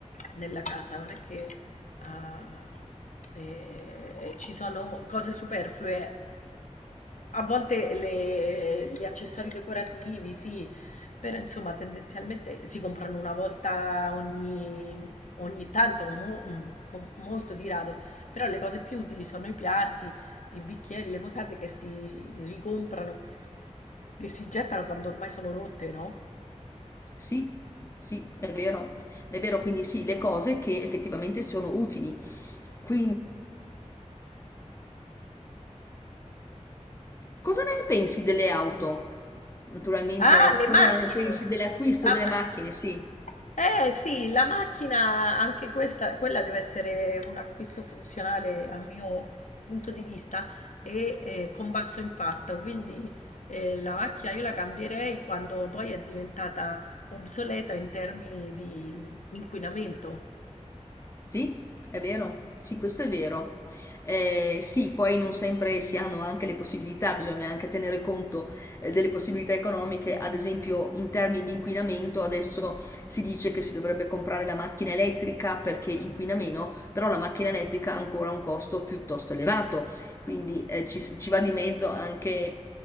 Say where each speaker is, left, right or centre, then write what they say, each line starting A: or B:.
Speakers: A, on the left (about 85°); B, on the left (about 25°).
A: nella casa, non è che ah, eh, ci sono cose superflue. A volte le- gli accessori decorativi, sì, però insomma tendenzialmente si comprano una volta ogni, ogni tanto, mo- mm, con molto di rado, però le cose più utili sono i piatti, i bicchieri, le posate che si ricomprano e si gettano quando ormai sono rotte, no?
B: Sì, sì, è vero. È vero, quindi sì, le cose che effettivamente sono utili. Quindi Cosa ne pensi delle auto? Naturalmente,
A: Ah, le
B: cosa
A: macchine!
B: ne pensi dell'acquisto
A: La
B: delle
A: macchina!
B: macchine? Sì.
A: Eh sì, la macchina, anche questa, quella deve essere un acquisto funzionale a mio punto di vista e eh, con basso impatto, quindi eh, la macchina io la cambierei quando poi è diventata obsoleta in termini di inquinamento.
B: Sì, è vero, sì, questo è vero. Eh, sì, poi non sempre si hanno anche le possibilità, bisogna anche tenere conto eh, delle possibilità economiche, ad esempio in termini di inquinamento, adesso si dice che si dovrebbe comprare la macchina elettrica perché inquina meno, però la macchina elettrica ha ancora un costo piuttosto elevato, quindi eh, ci, ci va di mezzo anche